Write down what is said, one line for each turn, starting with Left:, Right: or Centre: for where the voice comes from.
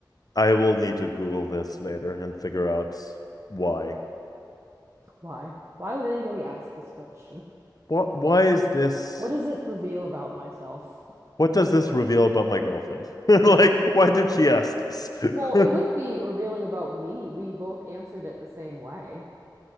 Left: I will need to Google this later and figure out why.
Right: Why? Why would anybody ask this question?
Left: What? Why is this?
Right: What does it reveal about myself?
Left: What does this reveal about my girlfriend? <laughs> Like, why did she ask this? <laughs>
Right: Well, it wouldn't be revealing about me. We both answered it the same way.